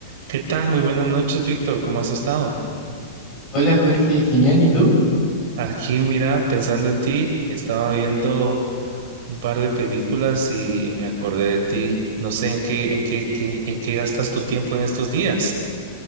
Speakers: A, on the right (about 45°); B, on the left (about 20°).
A: ¿Qué tal? Muy buenas noches, Víctor. ¿Cómo has estado?
B: Hola Jorge, genial, ¿y tú?
A: Aquí, mira, pensando en ti, estaba viendo un par de películas y me acordé de ti. No sé en qué, en qué, qué- en qué gastas tu tiempo en estos días.